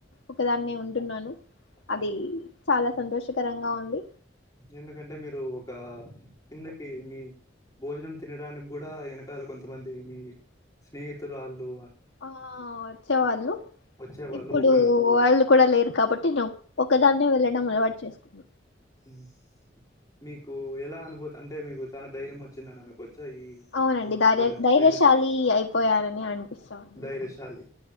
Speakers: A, on the left; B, on the left.
A: ఒకదాన్నే ఉంటున్నాను అది
B: ఉమ్.
A: చాలా సంతోషకరంగా ఉంది
B: ఎందుకంటే మీరు ఒక కిందకి మీ భోజనం తినడానికి కూడా వెనకాల కొంతమంది మీ స్నేహితులు వాళ్ళు
A: ఆ వచ్చేవాళ్ళు
B: వచ్చేవాళ్ళు
A: ఇప్పుడు
B: ఒకరు
A: వాళ్ళు కూడా లేరు కాబట్టి ని ఒకదాన్నే వెళ్ళడం అలవాటు చేసుకున్న
B: మ్ మీకు ఎలా అనుభూతి అంటే మీకు చాన ధైర్యం వచ్చిందని అనుకోవ ఈ
A: అవునండి
B: ఈ
A: ధైర్య ధైర్యశాలి
B: రెండు స
A: అయిపోయానని అనిపిస్తాంది
B: ధైర్యశాలి